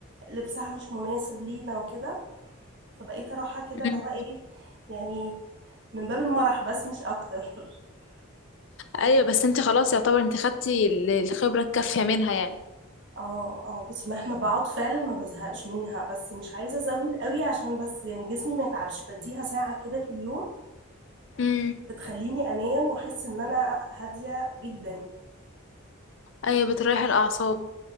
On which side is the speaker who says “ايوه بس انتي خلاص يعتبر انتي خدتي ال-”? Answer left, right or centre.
Left